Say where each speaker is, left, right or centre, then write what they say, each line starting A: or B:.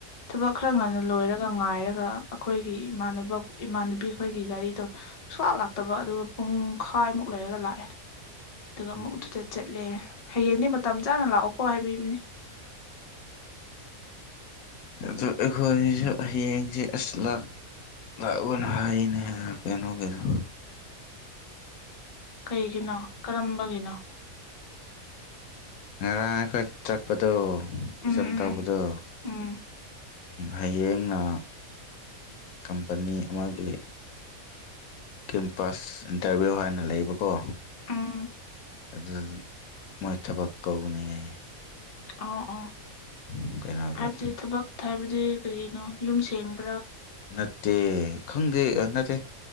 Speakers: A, on the left; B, on the left.
A: ꯊꯕꯛ ꯈꯔ ꯉꯟꯅ ꯂꯣꯏꯔꯒ ꯉꯥꯏꯔꯒ ꯑꯗꯨꯝ ꯑꯈꯣꯏꯒꯤ ꯏꯃꯥꯟꯅꯕ ꯏꯃꯥꯟꯅꯕꯤ ꯈꯣꯏꯒꯤ ꯒꯥꯔꯤꯗꯣ ꯁꯨꯡꯂꯥꯛ ꯂꯥꯛꯇꯕ ꯑꯗꯨꯒ ꯄꯨꯡ ꯈꯥꯏꯃꯨꯛ ꯂꯩꯔꯒ ꯂꯥꯛꯑꯦ ꯑꯗꯨꯒ ꯑꯃꯨꯛ
B: ꯎꯝ
A: ꯑꯗꯨꯗ ꯆꯠꯂꯦ ꯍꯌꯦꯡꯗꯤ ꯃꯇꯝ ꯆꯥꯅ ꯂꯥꯛꯑꯣꯀꯣ ꯍꯥꯏꯕꯤꯕꯅꯦ
B: ꯑꯗꯨ ꯑꯩꯈꯣꯏꯖꯨ ꯍꯌꯦꯡꯖꯦ ꯑꯁ ꯂꯥꯛ ꯂꯥꯛ ꯑꯣꯅ ꯍꯥꯏꯅꯦ ꯀꯩꯅꯣꯒꯤꯗꯣ
A: ꯀꯩꯒꯤꯅꯣ ꯀꯔꯝꯕꯒꯤꯅꯣ
B: ꯉꯔꯥꯡ ꯑꯩꯈꯣꯏ ꯆꯠꯄꯗꯣ <unintelligible>
A: ꯎꯝ ꯎꯝ
B: ꯇꯧꯕꯗꯣ
A: ꯎꯝ
B: ꯎꯝ ꯍꯌꯦꯡꯅ ꯀꯝꯄꯅꯤ ꯑꯃꯒꯤ ꯀꯦꯝꯄꯁ ꯏꯟꯇꯔꯚꯤꯌꯨ ꯍꯥꯏꯅ ꯂꯩꯕꯀꯣ
A: ꯎꯝ ꯎꯝ
B: ꯑꯗꯨ <unintelligible> ꯃꯣꯏ ꯊꯕꯛ ꯇꯧꯅꯤ ꯍꯥꯏꯌꯦ
A: ꯑꯣ ꯑꯣ
B: ꯎꯝ ꯀꯩꯅꯥꯒꯤ
A: ꯍꯥꯏꯕꯗꯤ ꯊꯕꯛ ꯍꯥꯏꯕꯗꯤ ꯀꯔꯤꯅꯣ ꯌꯨꯝ ꯁꯦꯡꯕ
B: ꯅꯠꯇꯦ ꯈꯪꯗꯦ ꯑ ꯅꯠꯇꯦ